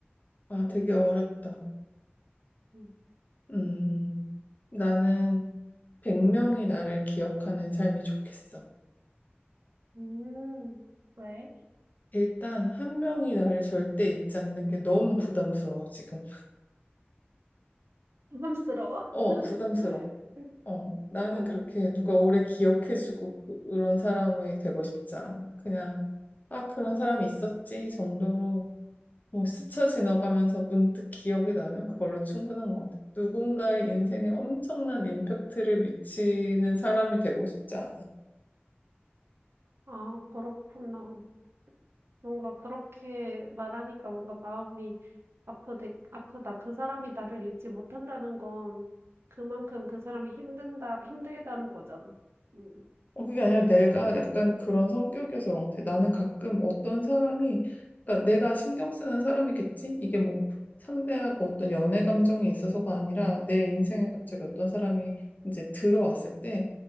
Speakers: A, on the left; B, on the right.
A: 아, 되게 어렵다.
B: 음,
A: 음, 나는 100명이 나를 기억하는 삶이 좋겠어.
B: 음, 왜?
A: 일단 한 명이 나를 절대 잊지 않는 게 너무 부담스러워, 지금.
B: 부담스러워?
A: 어,
B: <laughs>
A: 부담스러워. 어, 나는
B: 오,
A: 그렇게 누가 오래 기억해주고 그- 그런 사람이 되고 싶지 않아. 그냥, 아, 그런 사람이 있었지 정도로 뭐 스쳐 지나가면서 문득 기억이 나면 그걸로 충분한 것 같아요. 누군가의 인생에 엄청난 임팩트를 미치는 사람이 되고 싶지 않아요.
B: 아, 그렇구나. 뭔가 그렇게 말하니까 뭔가 마음이 아프네 아프다. 그 사람이 나를 잊지 못한다는 건 그만큼 그 사람이 힘든다, 힘들다는 거잖아. 음,
A: 어, 그게 아니라 내가
B: 음,
A: 약간 그런 성격이어서 그런 것 같아. 나는 가끔 어떤 사람이, 그러니까 내가 신경 쓰는 사람이겠지? 이게 뭐 상대하고 어떤 연애 감정이 있어서가 아니라 내 인생에 갑자기 어떤 사람이 이제 들어왔을 때